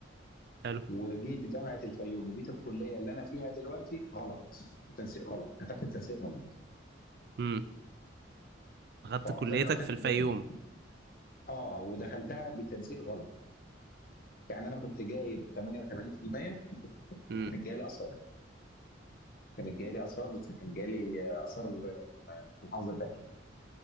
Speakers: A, on the right; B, on the left.
A: حلو
B: وجيت جامعه الفيوم وجيت الكليه اللي انا فيها دلوقتي غلط التنسيق غلط كتبت التنسيق غلط
A: امم اخدت
B: فعقبال
A: كليتك
B: ما خدت
A: في الفيوم
B: بالي اه ودخلتها بتنسيق غلط يعني انا كنت جايب 88%
A: امم
B: كانت جايه لي اثار كانت جايه لي اثار بس كان جالي اثار في محافظه تانيه